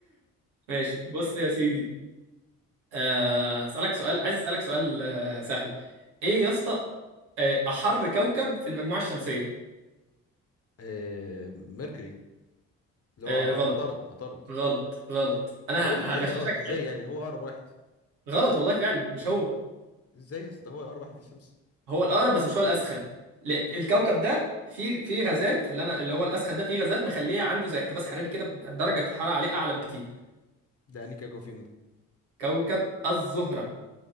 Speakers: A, on the right (about 75°); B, on the left (about 35°).
A: ماشي بص يا سيدي أه هسألك سؤال عايز أسألك سؤال أه سهل ايه يا اسطى آه، احر كوكب في المجموعة الشمسية
B: آه ميركوري اللي
A: أه
B: هو عط-
A: غلط
B: عطارد عطارد
A: غلط غلط انا
B: هو ايه اللي
A: هغششك
B: إيه اللي غلط ازاي
A: حتة
B: يعني هو اقرب واحد
A: غلط والله فعلا مش هو
B: ازاي يا اسطى ده هو اقرب واحد للشمس
A: هو الأقرب بس مش هو الأسخن لا، الكوكب ده فيه فيه غازات اللي انا اللي هو الأسخن ده فيه غازات مخليه عنده زي احتباس حراري كده بيبقى درجة الحرارة عليه أعلى بكتير
B: ده انهي كوكب فيهم ده
A: كوكب الزهرة